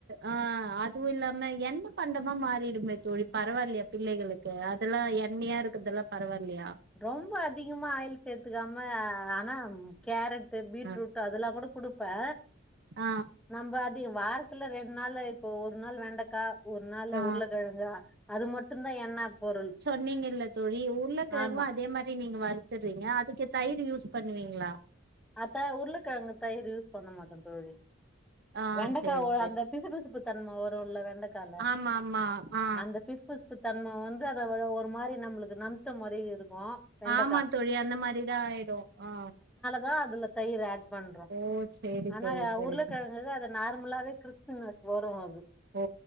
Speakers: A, on the right; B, in the centre.
A: ஆ அதுவு இல்லாம என்ன பண்டமா மாறிடுமே தோழி பரவால்லையா பிள்ளைகளுக் க்கு அதெல்லா எண்ணெயா இருக்குதெல்லா பரவால்லியா
B: ரொம்ப அதிகமா ஆயில் சேத்துக்காம ஆனா கேரட் டு பீட்ரூட்டு
A: ஆ
B: அதல்லா கூட குடுப்பே
A: ஆ
B: நம்ம அது வாரத்துல ரெண் நாள்ளு இப்போ ஒரு நாள் வெண்டக்கா ஒரு நாள்ள
A: ஆ
B: உருளக்கெழங்க அது மட்டுதா எண்ணெ பொருள்
A: ன்னீங்க இல்ல தோழி உருளக்கெழங்கு
B: ஆமா
A: அதே மாரி நீங்க வருத்துடுறீங்க அதுக்கு தயிர் யூஸ் பண்ணுவீங்களா
B: அத உருளக்கெழங்கு தயிர் யூஸ் பண்ண மாட்டோ தோழி
A: ஆ
B: வெண்டைக்காய்
A: சேரி சேரி
B: அந்த பிசு பிசுப்பு தன்ம ஒரு உள்ள வெண்டைக்கால
A: ஆமா ஆமா ஆ
B: அந்த பிசு பிசு தன்மை வந்து அதட ஒரு மாதிரி நம்மளுக்கு நம்பத்த மாரி இருக்கு வெண்டக்கா
A: ஆமா தோழி அந்த மாரிதா ஆயிடு ஆ
B: தா அதுல தயிர ஆட் பண்ற
A: ஓ சேரி
B: ஆனா
A: தோழி
B: அத
A: சேரி
B: ஊருளக்கெழங்குதா
A: தோழி
B: அத நார்மலாவே கிறிஸ்பினஸ் வரு அது
A: ஓ